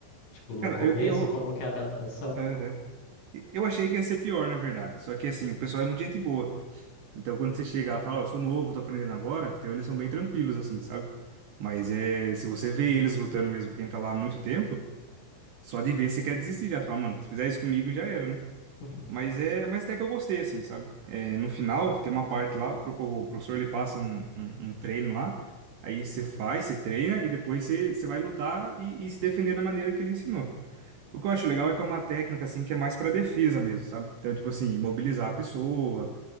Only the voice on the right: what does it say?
Cara,
eu, eu,
aham.
Eu achei que ia ser pior, na verdade. Só que, assim, o pessoal é muito gente boa. Então, quando você chega e fala, ó, eu sou novo, tô aprendendo agora, então eles são bem tranquilos, assim, sabe? Mas é, se você vê eles lutando mesmo, quem tá lá há muito tempo, só de ver você quer desistir já. Você Fala, mano, se fizer isso comigo já era, né?
Mas é, mas até que eu gostei, assim, sabe? É, no final, tem uma parte lá, o, pro- o professor ele passa um, um, um treino lá, aí você faz, você treina e depois você, você vai lutar e, e se defender da maneira que ele ensinou. O que eu acho legal é que é uma técnica, assim, que é mais pra defesa mesmo, sabe? Então, tipo assim, imobilizar a pessoa